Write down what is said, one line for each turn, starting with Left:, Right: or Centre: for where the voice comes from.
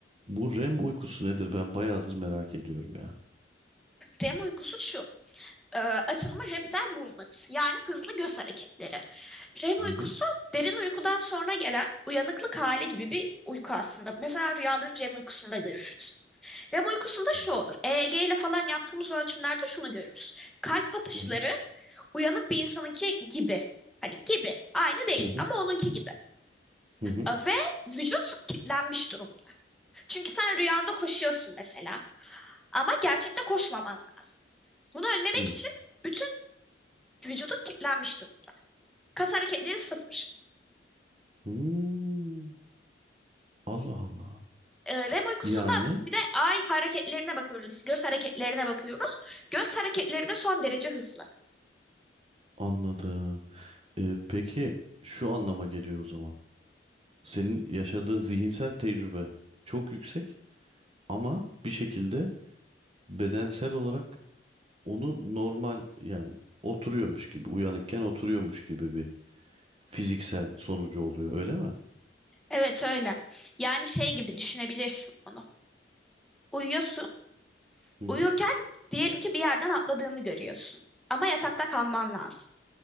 Right: Bu REM uykusu nedir? Ben bayağıdır merak ediyorum ya.
Centre: REM uykusu şu. e, açılımı rapid eye movement yani hızlı göz hareketleri. REM uykusu
Right: Hı hı.
Centre: derin uykudan sonra gelen uyanıklık hali gibi bir uyku aslında. Mesela rüyaları REM uykusunda görürüz. REM uykusunda
Right: Hı
Centre: şu olur. EEG ile falan yaptığımız ölçümlerde şunu görürüz. Kalp atışları
Right: hı.
Centre: uyanık bir insanınki gibi. Hani gibi. Aynı değil
Right: Hı hı.
Centre: ama onunki gibi.
Right: Hı hı.
Centre: E, Ve vücut kilitlenmiş durum. Çünkü sen rüyanda koşuyorsun mesela. Ama gerçekte koşmaman lazım. Bunu önlemek
Right: Hı.
Centre: için bütün Vücudun kilitlenmiş durumda. Kas hareketleri sıfır.
Right: Hmm. Allah Allah.
Centre: Ee, REM uykusunda
Right: Yani
Centre: bir de ay hareketlerine bakıyoruz. Biz göz hareketlerine bakıyoruz. Göz hareketleri de son derece hızlı.
Right: anladım. Ee, peki şu anlama geliyor o zaman. Senin yaşadığın zihinsel tecrübe çok yüksek ama bir şekilde bedensel olarak onu normal yani oturuyormuş gibi uyanıkken oturuyormuş gibi bir fiziksel sonucu oluyor öyle mi?
Centre: Evet öyle. Yani şey gibi düşünebilirsin onu. Uyuyorsun.
Right: Hı hı.
Centre: Uyurken diyelim ki bir yerden atladığını görüyorsun. Ama yatakta kalman lazım.